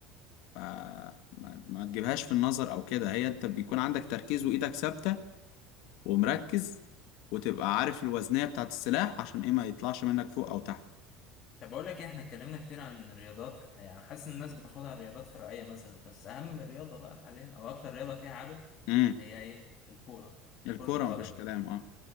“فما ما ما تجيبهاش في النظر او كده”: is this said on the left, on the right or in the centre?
Left